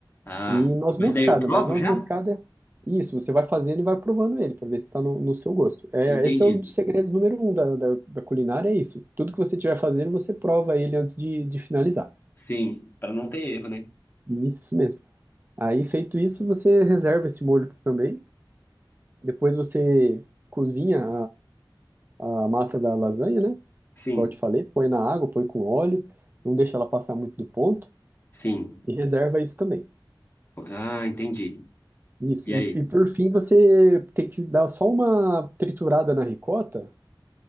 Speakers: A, on the left; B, on the right.
A: Ah,
B: e noz
A: mas
B: moscada,
A: daí eu provo
B: mas noz
A: já?
B: moscada é isso, você vai fazendo e vai provando ele para ver se está no, no seu gosto. É,
A: Entendi.
B: esse é um dos segredos número um da, da, da culinária, é isso. Tudo que você estiver fazendo, você prova ele antes de, de finalizar.
A: Sim, pra não ter erro, né?
B: Isso, isso mesmo. Aí, feito isso, você reserva esse molho também. Depois você cozinha a, a massa da lasanha, né?
A: Sim,
B: Qual eu te falei, põe na água, põe com óleo, não deixa ela passar muito do ponto.
A: sim.
B: E reserva isso também.
A: Ah, entendi.
B: Isso.
A: E
B: E,
A: aí?
B: e por fim, você tem que dar só uma triturada na ricota